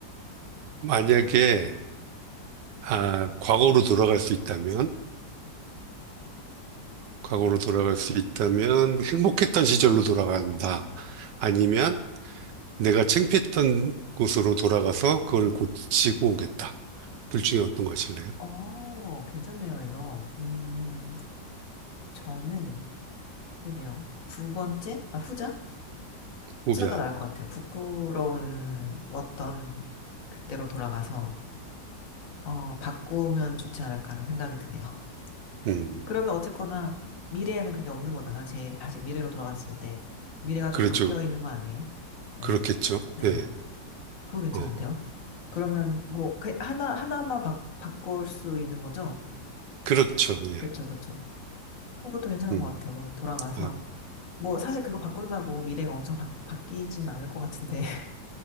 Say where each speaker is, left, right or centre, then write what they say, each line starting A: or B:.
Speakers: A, on the right (about 75°); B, on the left (about 50°).
A: 만약에, 아, 과거로 돌아갈 수 있다면, 과거로 돌아갈 수 있다면, 행복했던 시절로 돌아간다. 아니면, 내가 창피했던 곳으로 돌아가서 그걸 고치고 오겠다. 둘 중에 어떤 것일래요?
B: 어, 괜찮네요, 이거. 음, 저는, 그러게요. 두 번째? 아, 후자?
A: 후자.
B: 후자가 나을 것 같아요. 부끄러운 어떤 그때로 돌아가서, 어, 바꾸면 좋지 않을까라는 생각이 드네요. <laughs>
A: 음,
B: 그러면 어쨌거나, 미래에는 그게 없는 거잖아요. 제, 다시 미래로 돌아갔을 때. 미래가 좀
A: 그렇죠.
B: 바뀌어 있는 거 아니에요? 네.
A: 그렇겠죠.
B: 네네.
A: 예.
B: 그거 괜찮은데요?
A: 어,
B: 그러면, 뭐, 그, 하나, 하나만 바, 바꿀 수 있는 거죠?
A: 그렇죠. 예.
B: 그쵸, 그쵸. 어, 그것도 괜찮은
A: 음,
B: 것 같아요. 그럼 돌아가서.
A: 아,
B: 뭐 사실 그거 바꾼다고 미래가 엄청 바, 바뀌진 않을 것 같은데 <laughs>